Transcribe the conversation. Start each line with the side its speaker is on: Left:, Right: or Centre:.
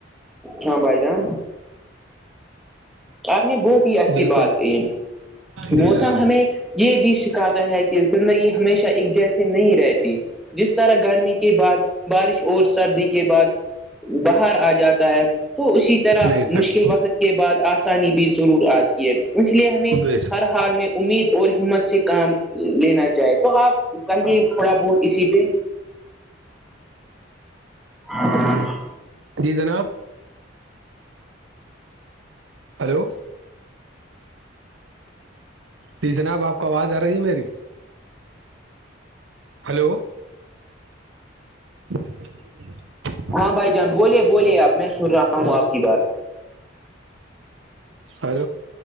Centre: ہاں بھائی جان آپ نے بہت ہی اچھی
Right: بالکل
Centre: بات کہ
Right: جی
Centre: موسم
Right: جناب
Centre: ہمیں یہ بھی سکھاتا ہے کہ زندگی ہمیشہ ایک جیسی نہیں رہتی جس طرح گرمی کے بعد بارش اور سردی کے بعد باہر آ جاتا ہے تو اسی طرح
Right: بے شک
Centre: مشکل وقت کے بعد آس بھی ضرور آتی ہے اس لیے ہمیں
Right: بے شک
Centre: ہر حال میں امید اور ہمت سے کام لینا چاہے تو آپ کہیے تھوڑا بہت اسی پہ ہاں <inaudible>
Right: جی جناب ہلو جی جناب آپ کو آواز آ رہی ہے میری ہلو <unintelligible>
Centre: ہاں بھائی جان بولے بولے آپ میں سن رہا ہوں آپ کی بات
Right: اور